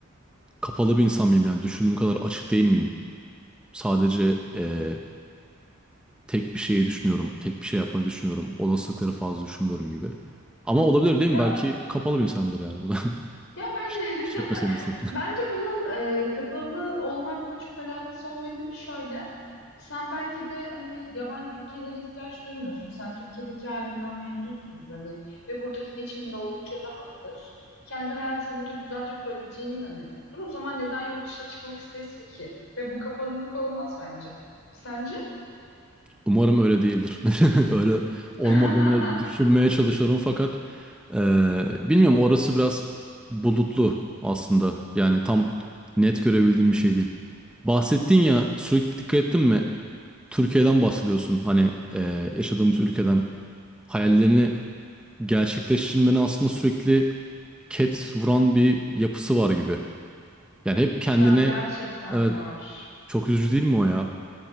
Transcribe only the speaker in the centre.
kapalı bir insan mıyım yani düşündüğüm kadar açık değil miyim? Sadece eee, tek bir şeyi düşünüyorum, tek bir şey yapmayı düşünüyorum. Olasılıkları fazla düşünmüyorum gibi. Ama olabilir değil
mi? Belki kapalı bir insanımdır yani bu da <laughs>
kiş-
kişilik meselesi.
Umarım öyle değildir. <laughs> Öyle olmadığını
düşünmeye çalışıyorum fakat eee, bilmiyorum orası biraz bulutlu aslında. Yani tam net görebildiğim bir şey değil. Bahsettin ya sürekli dikkat ettin mi? Türkiye'den bahsediyorsun. Hani eee, yaşadığımız ülkeden hayallerini gerçekleştirmenin aslında sürekli ket vuran bir yapısı var gibi. Yani hep kendini
evet
çok üzücü değil mi o ya?